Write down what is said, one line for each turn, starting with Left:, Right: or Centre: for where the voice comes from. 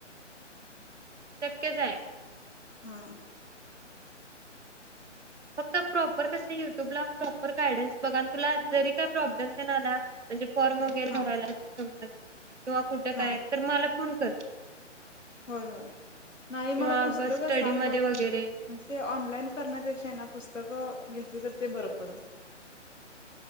Right: ततके जाय
Left: हा
Right: फक्त प्रॉपर कस युट्यूबला प्रॉपर गायडन्स बघा तुला जरी काय प्रॉब्लेम ते ना आला म्हणजे फॉर्म वगैरे
Left: हा
Right: भरायला सम किंवा कुठे
Left: हा
Right: काय तर मला फोन कर
Left: होय होय नाही
Right: किंवा
Left: मला पुस्तकच
Right: स्टडी
Left: सांग
Right: मध्ये
Left: बहते
Right: वगैरे
Left: म्हणजे ते ऑनलाईन करण्यापेक्षा ना पुस्तक घ तर ते बर पड